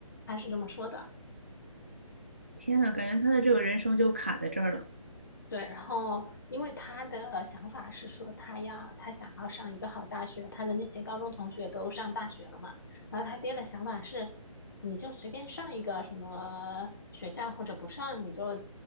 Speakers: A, on the left; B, on the right.
A: 他是这么说的。
B: 天呐，感觉他的这个人生就卡在这儿了。
A: 对，然后因为他的想法是说，他要他想要上一个好大学，他的那些高中同学都上大学了嘛，然后他爹的想法是，你就随便上一个什么学校或者不上，你就